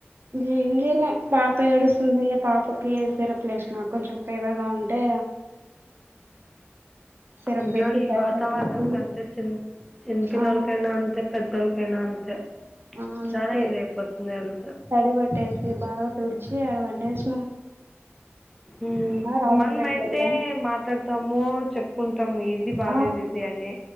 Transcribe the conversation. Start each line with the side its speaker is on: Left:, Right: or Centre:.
Right: ఏం జేయలే పాప ఏడుస్తుంది ఇగ పాప పకి సిరప్లు ఏసినా కొంచెం ఫివర్ గా ఉంటే సిరప్
Centre: ఊ
Right: వేసి
Centre: గో ఈ
Right: తడి
Centre: వాతావరణం
Right: పట్టేసి
Centre: కంతే చిన్ చిన్నపిల్లోల్లకైనా
Right: ఆ
Centre: అంతే పెద్దోల్లకైనా అంతే
Right: ఆ అందుకే
Centre: చానా ఇదయిపొతుంది హెల్త్
Right: తడి బట్టేసి బాగా తుడిచి ఆడ పండేసి
Centre: ఉ
Right: రాజంపేటకి
Centre: మనం అయితే
Right: వెళ్ళాం
Centre: మాట్లాడతాము చెప్పుకుంటాము ఇది బాలేదు
Right: ఆ
Centre: ఇది అని